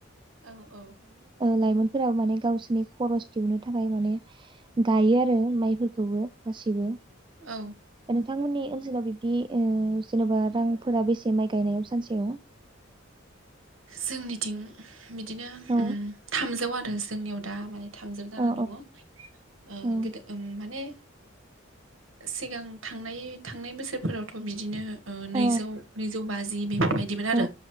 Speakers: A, on the right (about 80°); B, on the right (about 25°).
A: औ औ
B: लाइमोनफोरा माने गावसोरनि खरस दिहनो थाखाय माने गायो आरो माइफोरखौबो। गासैबो
A: औ
B: नोंथांमोननि ओन सोलाव बिब्दि जेनेबा रांफोरा बेसे माइ गायनायाव सानसेयाव?
A: जोंनिथिं बिदिनो
B: औ
A: थामजौ आरो जोंनियाव दा माने थामजों जाना
B: औ
A: दङ ओ
B: औ
A: गोदो उम माने सिगां थांनाय थांनाय बोसोरफोरावथ' बिदिनो ओ
B: औ
A: नैजौ नैजौ बाजि बेफोरबायदिमोन आरो
B: औ